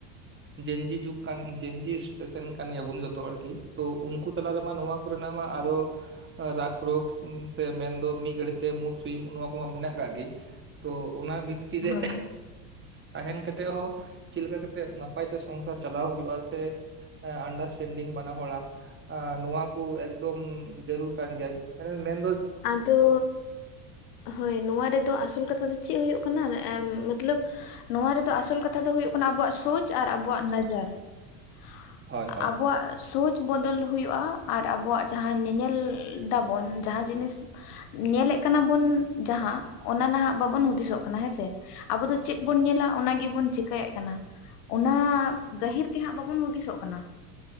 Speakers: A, on the right; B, on the left.
A: ᱡᱮᱧᱡᱤ ᱡᱩᱜᱽ ᱠᱟᱱ ᱡᱮᱧᱡᱤ ᱠᱟᱱ ᱜᱮᱭᱟᱵᱚᱱ ᱡᱚᱛᱚ ᱦᱚᱲᱠᱤ ᱛᱚ ᱩᱱᱠᱩ ᱛᱟᱞᱟᱨᱮᱢᱟ ᱱᱚᱣᱟ ᱠᱚᱨᱮᱱᱟᱜ ᱢᱟ ᱟᱫᱚ ᱨᱟᱜᱽ ᱨᱳᱠᱥ ᱥᱮ ᱢᱮᱱᱫᱚ ᱢᱤᱫ ᱜᱷᱟᱹᱲᱤᱛᱮ ᱢᱩᱴ ᱥᱩᱭᱤᱢ ᱱᱚᱣᱟ ᱠᱚᱢᱟ ᱢᱮᱱᱟᱜ ᱠᱟᱜ ᱜᱮ ᱾ ᱛᱚ ᱚᱱᱟ ᱵᱷᱤᱛᱨᱤ ᱨᱮ
B: ᱦᱳᱭ
A: ᱛᱟᱦᱮᱱ ᱠᱟᱛᱮᱜ ᱦᱚᱸ ᱪᱮᱫ ᱞᱮᱠᱟ ᱠᱟᱛᱮᱜ ᱱᱟᱯᱟᱭᱛᱮ ᱥᱚᱝᱥᱟᱨ ᱪᱟᱞᱟᱣ ᱦᱩᱭᱩᱜᱼᱟ ᱥᱮ ᱟᱱᱰᱟᱨᱥᱴᱮᱱᱰᱤᱝ ᱵᱟᱱᱟ ᱦᱚᱲᱟᱜ ᱱᱚᱶᱟ ᱠᱚ ᱮᱠᱫᱚᱢ ᱡᱟᱹᱨᱩᱲ ᱠᱟᱱ ᱜᱮᱭᱟ ᱢᱟᱱᱮ ᱢᱮᱱ
B: ᱟᱫᱚ ᱦᱳᱭ ᱱᱚᱣᱟ ᱨᱮᱫᱚ ᱟᱥᱚᱞ ᱠᱟᱛᱷᱟ ᱫᱚ ᱪᱮᱫ ᱦᱩᱭᱩᱜ ᱠᱟᱱᱟ ᱢᱚᱛᱞᱚᱵ ᱱᱚᱣᱟ ᱨᱮᱫᱚ ᱟᱥᱚᱞ ᱠᱟᱛᱷᱟ ᱫᱚ ᱦᱳᱭᱳᱜ ᱠᱟᱱᱟ ᱟᱵᱚᱣᱟᱜ ᱥᱚᱪ ᱟᱨ ᱟᱵᱚᱣᱟᱜ ᱱᱚᱡᱟᱨ ᱾
A: ᱦᱳᱭ ᱦᱳᱭ
B: ᱟᱵᱚᱣᱟᱜ ᱥᱚᱪ ᱵᱚᱫᱚᱞ ᱦᱩᱭᱩᱜᱳᱜᱼᱟ ᱟᱨ ᱟᱵᱚᱣᱟᱜ ᱡᱟᱦᱟᱸ ᱧᱮᱧᱮᱞ ᱫᱟᱵᱚᱱ ᱡᱟᱦᱟᱸ ᱡᱤᱱᱤᱥ ᱧᱮᱞᱮᱫ ᱠᱟᱱᱟ ᱵᱚᱱ ᱡᱟᱦᱟᱸ ᱚᱱᱟ ᱱᱟᱦᱟᱜ ᱵᱟᱵᱚᱱ ᱦᱩᱫᱤᱥᱚᱜ ᱠᱟᱱᱟ ᱦᱮᱸᱥᱮ ᱾ ᱟᱵᱚ ᱫᱚ ᱪᱮᱫ ᱵᱚᱱ ᱧᱮᱞᱟ ᱚᱱᱟ ᱜᱮᱵᱚᱱ ᱪᱤᱠᱟᱭᱮᱫ ᱠᱟᱱᱟ ᱾ ᱚᱱᱟ ᱜᱟᱹᱦᱤᱨ ᱛᱮᱦᱟᱸᱜ ᱵᱟᱵᱚᱱ ᱦᱩᱫᱤᱥᱚᱜ ᱠᱟᱱᱟ ᱾